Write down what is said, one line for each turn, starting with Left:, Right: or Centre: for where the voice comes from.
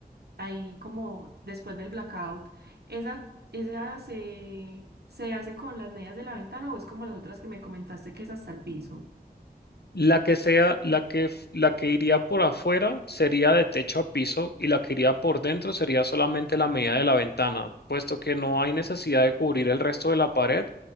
Right: ahí como después del blackout, ¿esa, esa se, se hace con las medidas de la ventana o es como las otras que me comentaste que es hasta el piso?
Left: La que sea, la que, f- la que iría por afuera sería de techo a piso y la que iría por dentro sería solamente la medida de la ventana, puesto que no hay necesidad de cubrir el resto de la pared